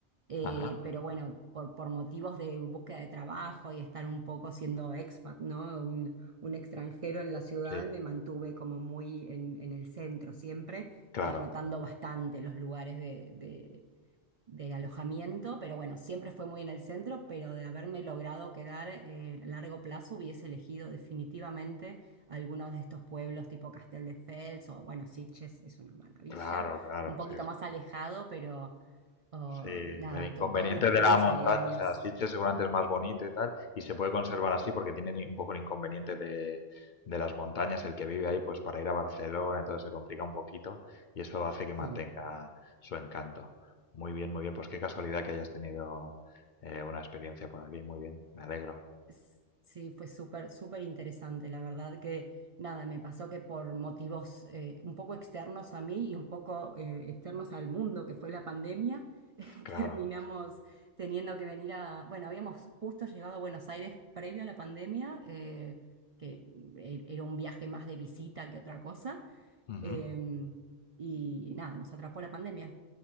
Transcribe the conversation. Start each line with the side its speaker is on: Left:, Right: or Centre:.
Right: Eh,
Left: Ajá,
Right: pero bueno, por, por motivos de búsqueda de trabajo y estar un poco siendo expat, ¿no? Un, un extranjero en la ciudad,
Left: sí,
Right: me mantuve como muy en, en el centro siempre
Left: claro,
Right: y rotando bastante los lugares de, de- de alojamiento, pero bueno, siempre fue muy en el centro, pero de haberme logrado quedar eh, a largo plazo, hubiese elegido definitivamente algunos de estos pueblos tipo Castelldefels o bueno, Sitges es una maravilla,
Left: claro, claro,
Right: un poquito
Left: sí, sí.
Right: más alejado, pero o
Left: Sí, el
Right: nada,
Left: inconveniente
Right: to- todos los pueblos
Left: de la montaña,
Right: aledaños.
Left: o sea, Sitges seguramente es más bonito y tal, y se puede conservar así porque tienen un poco el inconveniente de, de las montañas, el que vive ahí, pues para ir a Barcelona, entonces se complica un poquito y eso hace que mantenga
Right: Sí.
Left: su encanto. Muy bien, muy bien, pues qué casualidad que hayas tenido eh, una experiencia por aquí, muy bien, me alegro,
Right: S- Sí, fue súper, súper interesante. La verdad que nada, me pasó que por motivos eh, un poco externos a mí y un poco eh, externos al mundo, que fue la pandemia, <laughs>
Left: claro,
Right: terminamos teniendo que venir a, bueno, habíamos justo llegado a Buenos Aires previo a la pandemia, eh, que e- era un viaje más de visita que otra cosa,
Left: ujú,
Right: Em, y nada, nos atrapó la pandemia.